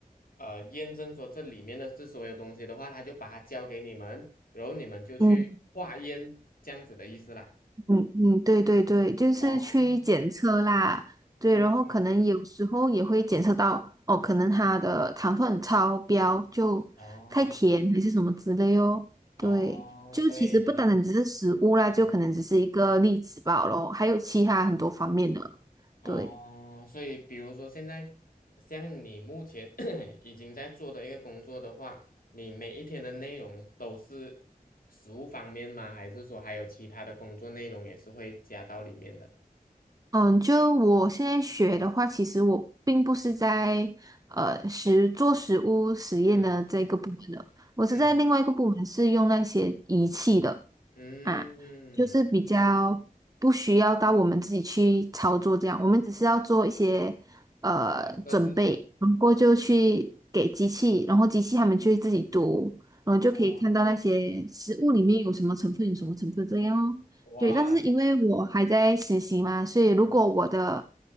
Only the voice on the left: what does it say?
呃验证说这里面的是所有东西的话，它就把它交给你们，然后你们就去化验这样子的意思啦。
哦，
嗯嗯，
哦哦，
所以，嗯。
哦，
所以比如说现在像你目前 <coughs> <clears throat> 已经在做的一个工作的话，你每一天的内容都是食物方面吗？还是说还有其他的工作内容也是会加到里面的？
嗯
嗯嗯，
哦，设置
哦，
哇，
嗯